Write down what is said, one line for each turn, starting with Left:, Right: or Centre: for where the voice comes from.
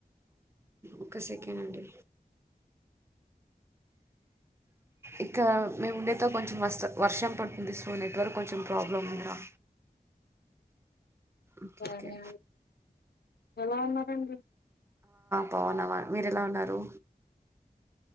Right: ఒక సెకండ్ అండి ఇంక మేము వుండే కొంచెం వర్షం పడుతుంది సో నెట్వర్క్ కొంచెం ప్రాబ్లం ఉందిరా ఓకే
Left: సరే
Right: ఓకే
Left: ఎలా ఉన్నారంండి
Right: బవున్నావా మీరు ఎలా ఉన్నారు